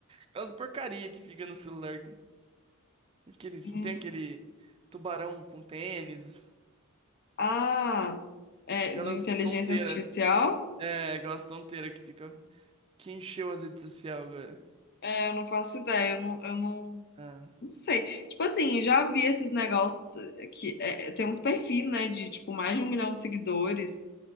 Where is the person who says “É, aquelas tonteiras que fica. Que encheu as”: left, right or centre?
Right